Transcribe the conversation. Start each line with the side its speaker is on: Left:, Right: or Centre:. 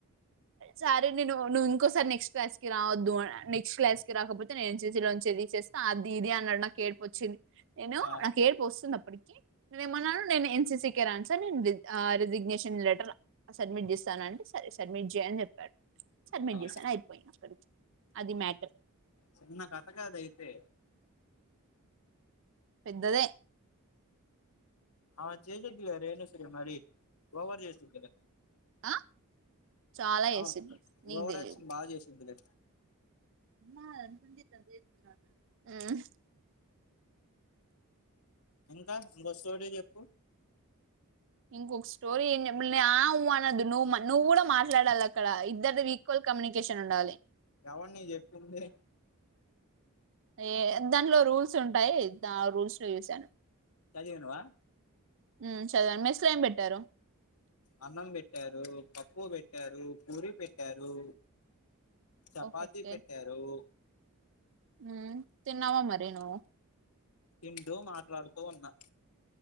Right: సరే నేనును ఇంకోసారి నెక్స్ట్ క్లాస్ కి రావద్దు నెక్స్ట్ క్లాస్ కి రాకపోతే నేను ఎం సి సి లో నుంచి తీసేస్తా అది ఇది అన్నాడు నాకు ఏడ్పు వచ్చింది. నేను
Left: ఆ ఆ
Right: నాకు ఏర్పు వస్తుంది అప్పటికి నేను ఏమన్నాను నేను ఎన్సిసి ఓకే రాను సార్ నేను రిజిగ్నేషన్ లెటర్ సబ్మిట్ చేస్తాను అంటే సరే సబ్మిట్ చేయని చెప్పడు. సబ్మిట్
Left: ఆ
Right: చేశాను అయిపోయింది అక్కడికి అది మ్యాటర్.
Left: చిన్న కథ కాదు అయితే
Right: పెద్దదే
Left: హా <unintelligible> ఏం చేశాడే మరి ఓవర్ చేసి ఉంటాడు
Right: ఆ చాలా
Left: అ
Right: చేసింది నీకు
Left: ఓవర్క్షన్
Right: తెలియదు
Left: బాగా చేసి ఉంటది.
Right: ఉమ్
Left: ఇంకా ఇంకో స్టోరీ చెప్ కు
Right: ఇంకొక స్టోరీ ఏం చెప్పలి ఆవ్వు అన్నద్దు నువ్వు నువ్వు కూడా మాట్లాడాలి అక్కడ ఇద్దరు ఈక్వల్ కమ్యూనికేషన్ ఉండాలి.
Left: ఎవడ్ నిక్ చెప్పింది
Right: ఎ దాంట్లో రూల్స్ ఉంటాయ్ ద రూల్స్ లో చూసాను
Left: చదివినవ
Right: ఉమ్ చదవను మెస్లు ఏం పెట్టారు?
Left: అన్నం పెట్టారు పప్పు పెట్టారు పూరీ పెట్టారు. చపాతీ
Right: ఓహ్ ఓకే
Left: పెట్టారు.
Right: ఉమ్ తిన్నావా మరి నువ్వు?
Left: తింటు మాట్లాడుతూ ఉన్నా